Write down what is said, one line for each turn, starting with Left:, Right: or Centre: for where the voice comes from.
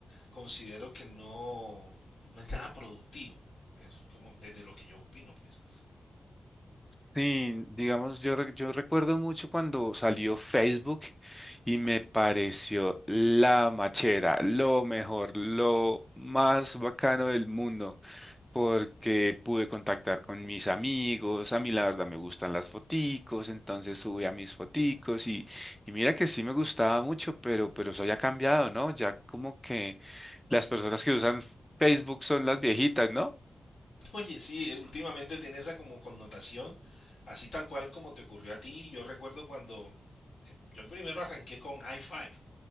Left: considero que no, no es nada productivo. Es como desde lo que yo opino, pues.
Centre: Sí, digamos, yo, re- yo recuerdo mucho cuando salió Facebook y me pareció la machera, lo mejor, lo más bacano del mundo, porque pude contactar con mis amigos, a mí la verdad me gustan las foticos, entonces subí a mis foticos y, y mira que sí me gustaba mucho, pero, pero eso ya ha cambiado, ¿no? Ya como que las personas que usan Facebook son las viejitas, ¿no?
Left: <laughs> Oye, sí, eh, últimamente tiene esa como connotación, así tal cual como te ocurrió a ti. Yo recuerdo cuando eh, yo primero arranqué con High Five.